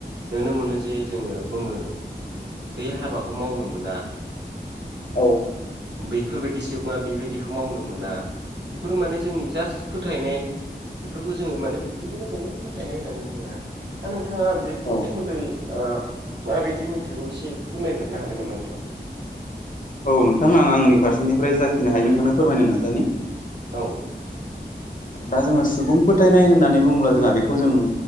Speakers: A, on the right; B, on the left.
A: नुनो मोनो जे जोङो बुङो बे हाबाखौ मावनो मोना।
B: औ।
A: बेफोरबायदि सुबुङा बेबायदिखौ मावनो मोना बेफोर माने जोंनि जास्ट फोथायनाय। बेफोरखौ जोङो माने बेफोरखौनो जोङो फोथायनाय होननानै बुङो आरो दा नोथाङा बेफोरनि
B: औ
A: सोमोन्दै ओ माबायदि मोनथिगौ एसे फोरमायग्रोनो हागोन नामा नोंथां?
B: औ नोंथां आं आंनि फारसेनिफ्राय जाखिनो हायो नोंथांनो फोरमायनो नाजानि।
A: औ।
B: दा जोङो सुबुं फोथायनाय होननानै बुङोब्ला जोंहा बेखौ जों